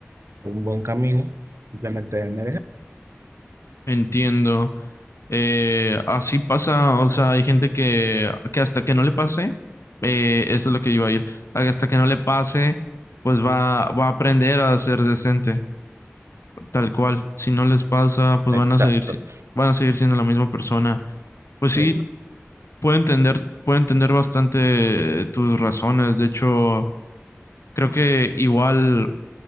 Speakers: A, on the right; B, on the left.
A: un buen camino, simplemente me dejé.
B: Entiendo. Eh, así pasa, o sea, hay gente que, que hasta que no le pase, eh, eso es lo que iba a ir, hasta que no le pase, pues va, va a aprender a ser decente. Tal cual, si no les pasa, pues
A: Exacto,
B: van a seguir, si- van a seguir siendo la misma persona. Pues
A: sí,
B: sí, puedo entender, puedo entender bastante tus razones. De hecho, creo que igual